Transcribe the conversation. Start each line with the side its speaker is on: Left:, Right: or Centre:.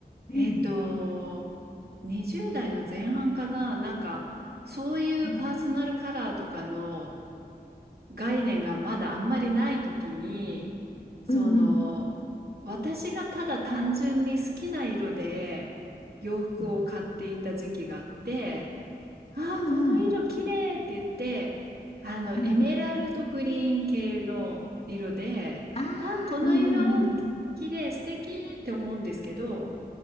Right: えっと、
Left: うん。
Right: 20代の前半かな、なんか、そういうパーソナルカラーとかの
Left: うん
Right: 概念がまだあんまりない時に、その、
Left: うんうん
Right: 私がただ単純に好きな色で洋服を買っていた時期があって、
Left: うん
Right: ああ、
Left: うん
Right: この色綺麗って言って、あの、エメラルドグリーン系の色で、
Left: うんああーうんうんうん
Right: ああ、この色綺麗、素敵って思うんですけど、